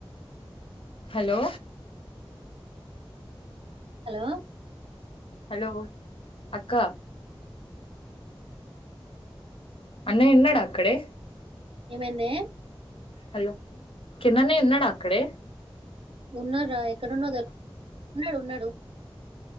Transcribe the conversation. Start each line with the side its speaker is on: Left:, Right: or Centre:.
Left: hello
Right: hello
Left: hello అక్క అన్నయ్ ఉన్నాడా అక్కడే
Right: ఏమైందే
Left: హలొ కిన్నన్నయ్ ఉన్నాడా ఆక్కడే
Right: ఉన్నాడు రా ఎక్కడున్నా దొ ఉన్నాడు ఉన్నాడు